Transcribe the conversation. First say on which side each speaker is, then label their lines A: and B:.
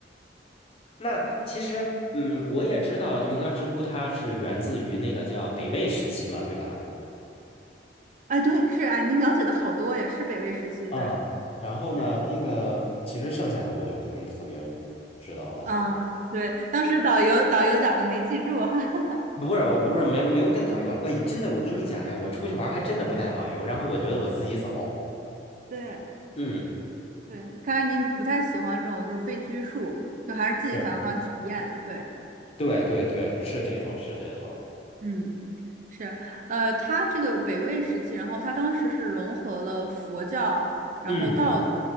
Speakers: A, on the left; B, on the right.
A: 那其实嗯，我也知道云冈石窟它是源自于那个叫北魏时期嘛，对吧？
B: 哎，对，是哎，您了解的好多呀，是北魏时期，
A: 啊，
B: 对
A: 然后呢，
B: 对，
A: 那个其实剩下的我就不是特别知道了。
B: 嗯，对，当时导游导游讲的没记住，<laughs> 哈哈哈。
A: <laughs> 不是，我不是没没有跟导游啊。哎，真的，我跟你讲呀，我出去玩儿还真的不带导游，然后我觉得我自己走。
B: <laughs> 对
A: 嗯，
B: 对，看来您不太喜欢这种就是被拘束，就还是自己喜欢体验，
A: 是，
B: 对，
A: 对对对，是这种，是这种。
B: 嗯。是，呃，他这个北魏时期，然后他当时是融合了佛教，然后道教，
A: 嗯，